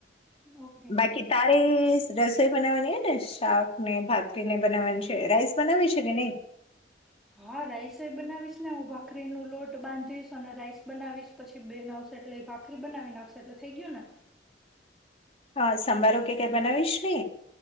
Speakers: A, in the centre; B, on the left.
A: ઓકે
B: બાકી તારી રસ બનાવાની ને શાક ને ભાખરીને બનાવવાની છે રાઈસ બનાવી છે કે નહી
A: હા રાઈસ બનાવીશ ને હું ભાખરી નું લોટ બાંધીશ અને રાઈસ બનાવીશ પછી બેન આવશે એટલે ભાખરી બનાવીને આવશે એટલે થઈ ગયો ને
B: હા સાંભારો કે કઈ બનાવીશ ને